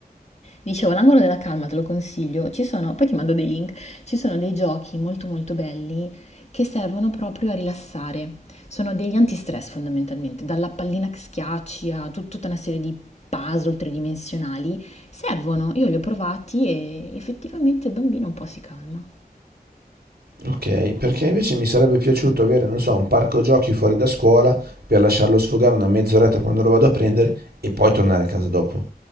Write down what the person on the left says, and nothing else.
Dicevo, l'angolo della calma te lo consiglio, ci sono, poi ti mando dei link, ci sono dei giochi molto molto belli che servono proprio a rilassare. Sono degli antistress fondamentalmente, dalla pallina che schiacci a tut- tutta una serie di puzzle tridimensionali, servono, io li ho provati e effettivamente il bambino un po' si calma.